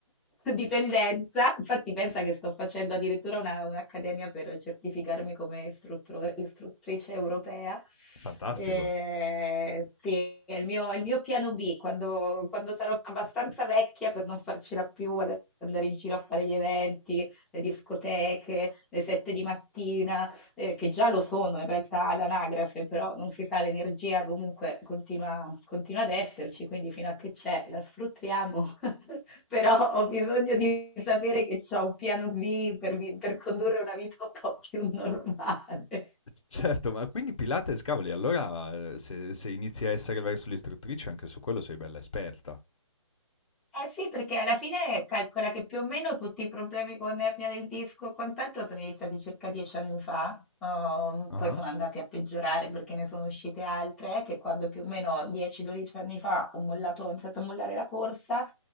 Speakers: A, in the centre; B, on the left.
A: dipendenza. Infatti, pensa che sto facendo addirittura una- un'accademia per certificarmi come istruttore- istruttrice europea.
B: Fantastico.
A: Eh, sì, è il mio, è il mio piano B. Quando, quando sarò abbastanza vecchia per non farcela più ad andare in giro a fare gli eventi, le discoteche, le sette di mattina eh, che già lo sono in realtà all'anagrafe, però non si sa, l'energia comunque continua, continua ad esserci, quindi fino a che c'è la sfruttiamo, <laughs> però ho bisogno di sapere che c'ho un piano B per, vi- per condurre una vita un po' più normale.
B: Certo, ma quindi Pilates, cavoli, allora, ehm, se se inizi a essere verso l'istruttrice anche su quello sei bella esperta.
A: Eh sì, perché alla fine calcola che più o meno tutti i problemi con ernia del disco e quant'altro sono iniziati circa dieci anni fa, ehm,
B: Ah-ah,
A: poi sono andati a peggiorare perché ne sono uscite altre, eh, che quando più o meno 10-12 anni fa ho mollato, ho iniziato a mollare la corsa,